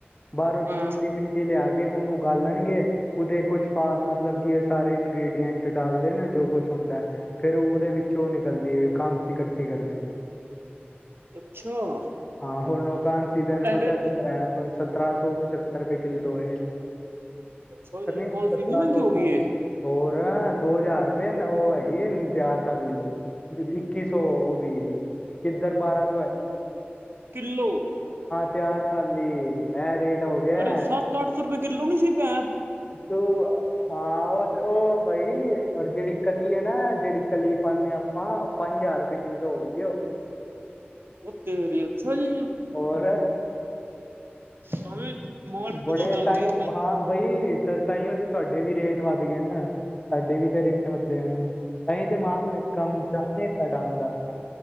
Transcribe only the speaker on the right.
ਹਾਂ
ਅੱਛਾ
ਇਹ ਫਿਰ
ਅੱਛਾ ਜੀ
ਕੌਣ ਸੀ ਇੰਨੀ ਮਹਿੰਗੀ ਹੋ ਗਈ ਹੈ
ਫੱਲੋ,
ਰੇ ਸੱਤ ਅੱਠ ਸੌ ਰੁਪਏ ਕਿੱਲੋ ਨੀ ਸੀ ਪੈ
ਔ ਤੇਰੀ, ਅੱਛਾ ਜੀ
ਤੁਮੀ ਮਾਲ
ਕਿਤੋਂ ਮੰਗਦੀ